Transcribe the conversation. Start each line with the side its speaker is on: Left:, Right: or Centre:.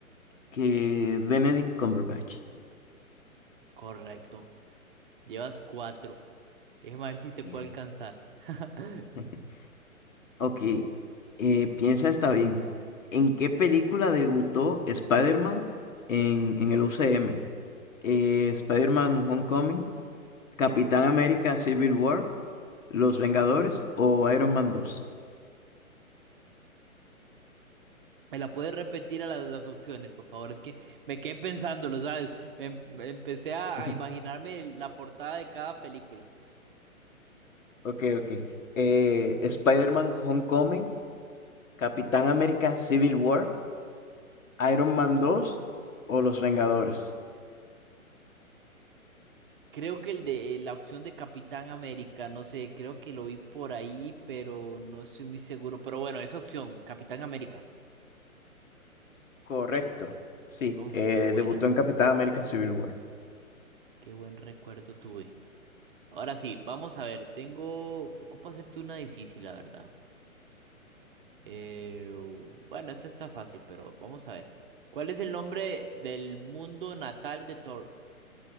Left: que Benedict Cumberbatch.
Right: Correcto, llevas cuatro. Déjame ver si te
Left: Bien.
Right: puedo alcanzar. <laughs>
Left: <laughs> Ok, eh, piensa está bien. ¿En qué película debutó Spider-Man en, en el UCM? eh, Spider-Man Homecoming, Capitán América Civil War, Los Vengadores o Iron Man 2.
Right: ¿Me la puedes repetir a las, las opciones, por favor? Es que me quedé pensándolo, ¿sabes? Me, em- me empecé a,
Left: <laughs>
Right: a imaginarme la portada de cada película.
Left: Ok, ok. Eh, Spider-Man Homecoming, Capitán América Civil War, Iron Man 2 o Los Vengadores.
Right: Creo que el de la opción de Capitán América, no sé, creo que lo vi por ahí, pero no estoy muy seguro. Pero bueno, esa opción, Capitán América.
Left: Correcto. Sí,
Right: Uf,
Left: eh,
Right: qué buena,
Left: debutó en Capitán América Civil War.
Right: qué buen recuerdo tuve. Ahora sí, vamos a ver, tengo, te ocupo hacerte una difícil, la verdad. Eh, bueno, este está fácil, pero vamos a ver. ¿Cuál es el nombre del mundo natal de Thor?